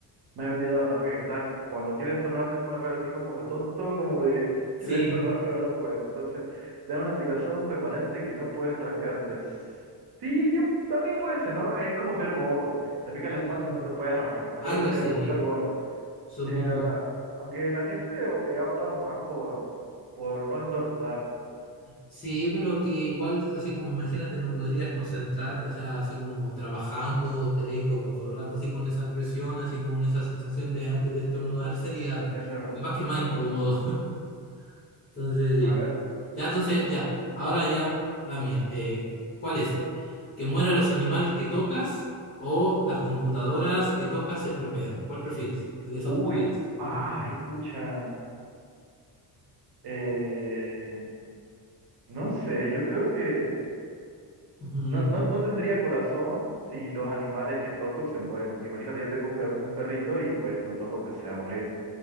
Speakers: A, on the right; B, on the left.
A: me he olvidado, ¿no? Que estás, cuando quieres estornudar haces como una cara así como de tonto, como de
B: Sí.
A: quieres estornudar, pero no puedes. Entonces, tener una picazón permanente que no puedes rascarte. Sí, yo también puede ser, ¿no? Es como ser gordo. Te pica la
B: Y
A: espalda, no te puedes rascar. Yo
B: algo
A: creo que
B: así,
A: sería como ser gordo.
B: supongo.
A: Sí, ahora, aunque la gente o- eh, ha optado más por, por no estornudar,
B: Sí, pero es que igual, así como imagínate, no podrías concentrarte, o sea, así como trabajando, estarías como todo el rato así con esa presión, así como en esa sensación de antes de estornudar, sería
A: eso es verdad,
B: más que
A: eso
B: más
A: es verdad.
B: incómodo. <laughs> Entonces, sí.
A: A ver,
B: Ya, entonces, ya, ahora ya la mía. Eh, ¿cuál es? ¿Que mueran los animales que tocas o las computadoras que tocas se estropean? ¿Cuál prefieres? De esos
A: uy,
B: poderes,
A: ay,
B: supuestamente.
A: pucha, eh, no sé, yo creo que
B: Ujú.
A: no, no, no tendría corazón si los animales que toco se mueren, porque imagínate, yo tengo un, per- un perrito y pues si lo toco pues se va a morir.